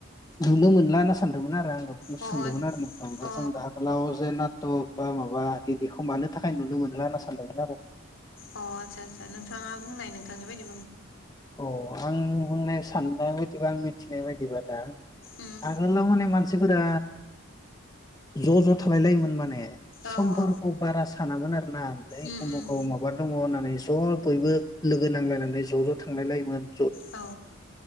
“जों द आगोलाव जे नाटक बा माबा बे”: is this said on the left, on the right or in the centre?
Left